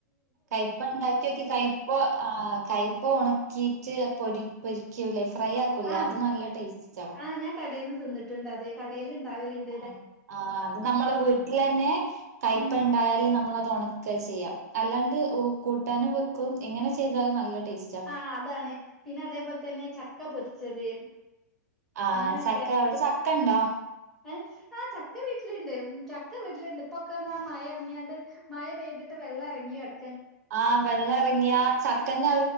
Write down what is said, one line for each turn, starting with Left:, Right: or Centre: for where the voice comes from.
Right: കയ്പ്പ ഇണ്ടാക്കിയോക്കി കയ്പ ആഹ് കയ്പ്പ ഉണക്കീട്ട് പൊരി പൊരിക്കൂലേ ഫ്രൈ ആക്കൂലേ
Centre: ആഹ്
Right: അത് നല്ല ടേസ്റ്റാ
Centre: ആഹ് ഞാൻ കടേന്ന് തിന്നിട്ട്ണ്ട് അത് കടേല് ഇണ്ടാവല്ണ്ട്
Right: ആഹ് ആഹ് അത് നമ്മളെ വീട്ടിലെന്നെ കയ്പ്പ
Centre: ഉം
Right: ഇണ്ടായാല് നമ്മളത് ഒണ ക്ക ചെയ്യാ അല്ലാണ്ട് കൂട്ടാനും വെക്കും എങ്ങനെ ചെയ്താലും നല്ല ടേസ്റ്റാ
Centre: ആഹ് അതാണ് പിന്നെ അതേപോലെതന്നെ ചക്ക പൊരിച്ചത്
Right: ആഹ്
Centre: അങ്ങനെയൊക്കെ
Right: ചക്ക അവിടെ ചക്കണ്ടോ
Centre: ഏ ആഹ് ചക്ക വീട്ടില്ണ്ട് ചക്ക വീട്ടിലുണ്ട് ഇപ്പൊക്കെന്നാ മഴ എറങ്ങിയാണ്ട് മഴ പെയ്തിട്ട് വെള്ളം ഇറങ്ങിക്കെട്
Right: ആഹ് വെള്ളം ഇറങ്ങി ആ ചക്കൻ്റെ അ